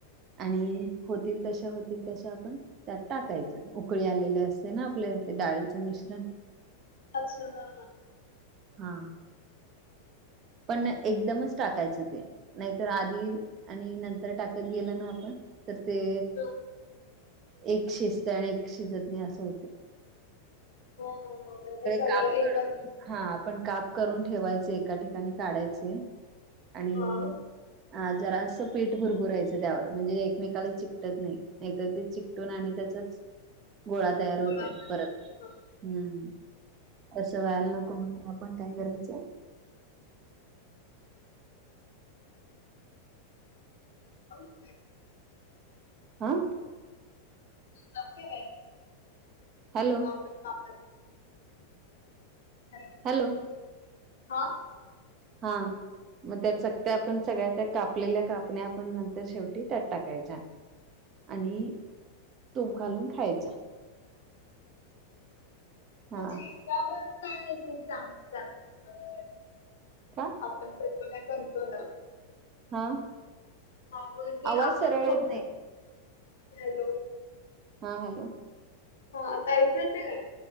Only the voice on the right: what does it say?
आणि होतील तशा, होतील तशा आपण त्यात टाकायचं उकळी आलेले असते ना आपले ते डाळीचं मिश्रण
हा पण एकदमच टाकायचं ते नाहीतर आधी आणि नंतर टाकत गेल ना आपण तर ते
एक शिस्त आणि एक शिजत नाही असं होतं.
काप
हा आपण काप करून ठेवायचे एका ठिकाणी काढायचे आणि
ह जरा असं पीठ भरभूराहायचं त्यावर म्हणजे एकमेकाला चिकटत नाही नाहीतर ते चिक आणि त्याचच गोळा तयार
होत परत
हम्म व्हायला नको म्हणून आपण काय करायचं
हा
हॅलो
हॅलो
हा मग त्या चकत आपण सगळ्या त्या कापलेल्या कापण्या आपण नंतर शेवटी त्यात टाकायच्या. आणि तूप घालून खायचा.
हा
का
हा
आवाज
सरळ
येत नाही
हा हॅलो.